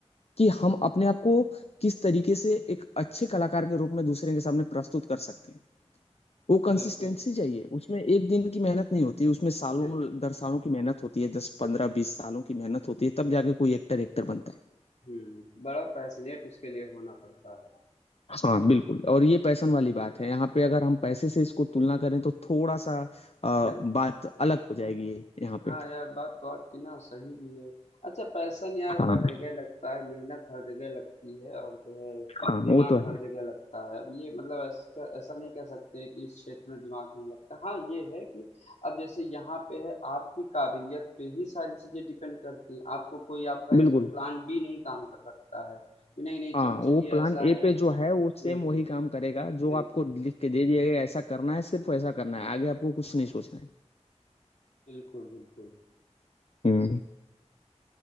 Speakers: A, on the left; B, on the left.
A: कि हम अपने आप को किस तरीके से एक अच्छे कलाकार के रूप में दूसरे के सामने प्रस्तुत कर सकते हैं वो कंसिस्टेंसी
B: बिल्कुल
A: चाहिए उसमें एक दिन की मेहनत नहीं होती उसमें सालों
B: बिल्कुल
A: दर सालों की मेहनत होती है दस पंद्रह
B: हम्म
A: बीस सालों की मेहनत होती है तब जाके कोई एक्टर एक्टर बनता है
B: हम्म, बड़ा पैशनेट उसके लिए होना पड़ता है
A: हाँ बिल्कुल और ये पैसन वाली बात है यहाँ पे अगर हम पैसे से इसको तुलना करें तो थोड़ा सा आ,
B: बिल्कुल
A: बात अलग हो जाएगी ये यहाँ
B: हाँ
A: पे
B: यार बात तो आपकी ना सही भी है अच्छा पैशन यार
A: हाँ
B: हर जगह लगता है मेहनत हर जगह लगती है और जो है
A: हाँ
B: दिमाग
A: वो तो है
B: हर
A: हाँ,
B: जगह लगता है अब ये मतलब ऐसा ऐसा नहीं कह सकते कि इस क्षेत्र में दिमाग नहीं लगता हाँ ये है कि अब जैसे यहाँ पे है आपकी काबिलियत पे ही सारी चीजें डिपेंड करती हैं आपको कोई आपका
A: बिल्कुल
B: इसमें प्लान बी नहीं काम कर सकता है कि नहीं नहीं
A: हाँ
B: चलो
A: वो
B: चलिए
A: प्लान
B: ऐसा
A: ए
B: है
A: पे जो है वो सेम
B: बिल्कुल
A: वही काम करेगा जो
B: बिल्कुल
A: आपको लिख के दे दिया गया है, ऐसा करना है सिर्फ ऐसा करना है आगे आपको कुछ नहीं सोचना है
B: बिल्कुल बिल्कुल
A: हुँ,